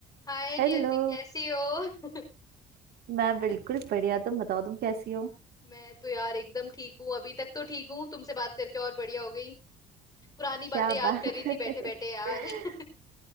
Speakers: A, on the left; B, on the right.
A: हाय नियति
B: हेलो
A: कैसी हो
B: मैं बिल्कुल बढ़िया तुम बताओ तुम कैसी हो
A: मैं तो यार एकदम ठीक हूँ अभी तक तो ठीक हूँ तुमसे बात करके और बढ़िया हो गई पुरानी बातें
B: क्या
A: याद
B: बात
A: कर रही
B: है
A: थी बैठे बैठे यार
B: <laughs>
A: <laughs>